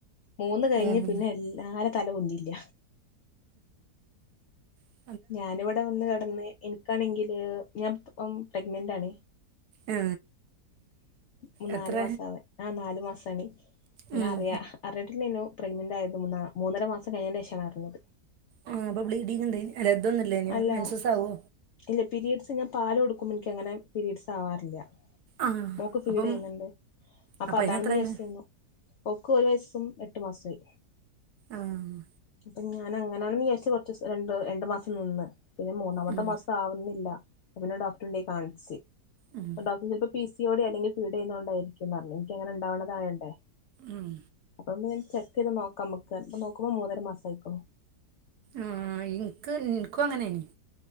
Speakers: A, on the left; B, on the right.
A: മൂന്ന് കഴിഞ്ഞ്
B: ഉം
A: പിന്നെ എല്ലാരും തല പൊന്തില്ല
B: ഉം
A: ഞാനിവിടെ വന്ന് കെടന്ന് എനിക്കാണെങ്കില് ഞാൻ പ്രഗ്നന്റ് ആാണ്
B: ആ
A: മൂന്നാല്
B: എത്ര
A: മാസാവാ, ആ നാലു മാസാണെ ഞാൻ
B: ഉം
A: അറിയ അറിയട്ടില്ലേനു പ്രഗ്നന്റ് ആയത്, മൂന്നാ മൂന്നര മാസം കഴിഞ്ഞേന് ശേഷാണ് അറിഞ്ഞത്
B: ആ, അപ്പൊ ബ്ലീഡിങ് ഇണ്ട് അല്ല ഇതൊന്നും ഇല്ലെനോ
A: അല്ല
B: മെൻസസ് ആവോ
A: ഇല്ല പീരീഡ്സ് ഞാൻ പാല് കൊടുക്കുമ്പ എനിക്കങ്ങനെ പീരീഡ്സ് ആവാറില്ല.
B: ആഹ്
A: മോക്ക് ഫീഡ്
B: അപ്പം
A: ചെയ്യുന്നിണ്ട് അപ്പൊ
B: അപ്പം
A: അതാണെന്ന്
B: അയിനെത്രയാണ്
A: വിചാരിച്ചു നിന്നു ഓക്ക് ഒരു വയസും എട്ടു മാസായി
B: ആഹ്
A: ആപ്പോ ഞാ ഞാൻ അങ്ങനെയാണെന്ന് വിചാരിച്ചു കൊറച്ച് രണ്ട് രണ്ടു മാസം നിന്ന് പിന്നെ മൂന്നാമത്തെ
B: ഉം
A: മാസം ആവുന്നില്ല. പ്പൊപിന്നെ, ഡോക്ടർണ്ടോയി, കാണിച്ച്,
B: ഉം
A: <unintelligible> പിസിഒടി അല്ലെങ്കി, ഫീടെയുന്നുണ്ടായിരിക്കുംന്നറഞ്ഞു, നിക്കങ്ങനെ, ണ്ടാവ്ണതായൊണ്ടേയ്,
B: ഉം
A: അപ്പൊ ചെക്ക് ചെയ്ത് നോക്കാ മ്മക്ക് ഇപ്പ നോക്കുമ്പോ മൂന്നര മാസം ആയിക്കിണ്
B: ആ ഇൻക്ക് ഇൻക്കും അങ്ങനായ്ന്